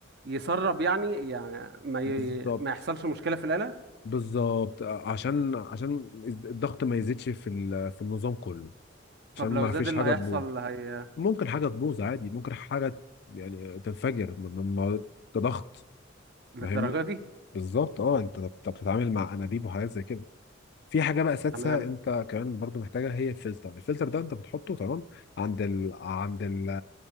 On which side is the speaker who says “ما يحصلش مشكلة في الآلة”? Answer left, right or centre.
Right